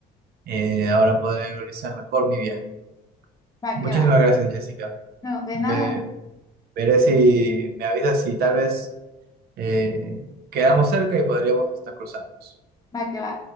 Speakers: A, on the right (about 70°); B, on the left (about 20°).
A: eh, ahora poder organizar mejor mi viaje.
B: Va
A: Muchísimas
B: que va.
A: gracias, Jessica.
B: No, de
A: Ve-
B: nada,
A: veré si me avisas si tal vez eh, quedamos cerca y podríamos hasta cruzarnos.
B: va que va.